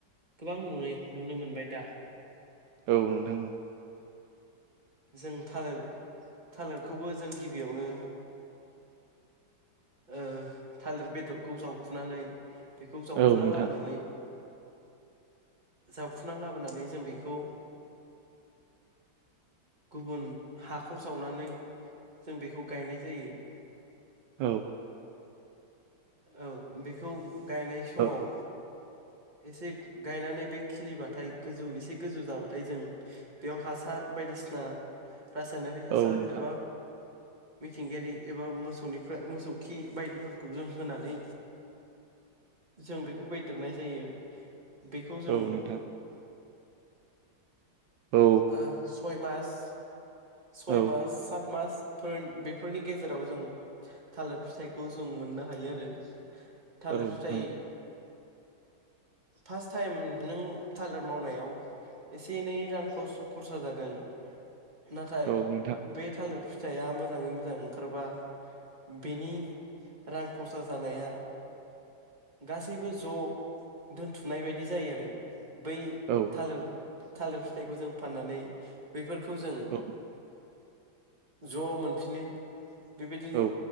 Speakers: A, on the right; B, on the right.
A: गोबां नुनाय नुनो मोनबाय दा।
B: औ नोंथां
A: जों थालिर थालिरखौबो जों गिबियावनो ओ थालिर बेदरखौ जावखुनानै बेखौ जावखुना
B: औ नोंथां
A: लाबोनानै।
B: <inaudible>
A: जाबखुना लाबोनानै जों बेखौ गुबुन हाखर जावनानै जों बेखौ गायनाय जायो।
B: औ
A: औ बेखौ गायनाय समाव
B: औ <inaudible>
A: एसे गायनानै बे खिलिबाथाय गोजौ एसे गोजौ जाबाथाय जों बेयाव हासार बायदि बिसिना रासायनारि हासार
B: औ नोंथां
A: एबा मिथिंगायारि एबा मोसौनिफ्राय मोसौ खि बायदिफोरखौ जों होनानै जों बेखौ बायदेरनाय जायो बेखौ जों
B: औ नोंथां औ
A: ओ सय मास सय
B: औ
A: मास सात मासफोर बेफोरनि गेजेराव जों थालिर फिथाइखौ जों मोननो हायो आरो थालिर
B: औ नोंथां
A: फिथाइ
B: <inaudible>
A: फार्स्ट टाइम नों थालार मावनायाव एसे एनै रां खरसा जागोन नाथाय
B: औ नोंथां
A: बे थालिर फि थाइआ मोजाङै मोजां ओंखारबा बेनि रां खरसा जानाया गासैबो ज' दोनथुमनाय बायदि जायो आरो बै
B: औ
A: थालिर थालिर फिथाइखौ जों फाननानै बैफोर खौ जों
B: औ
A: ज मोनफिननो बेबादि
B: औ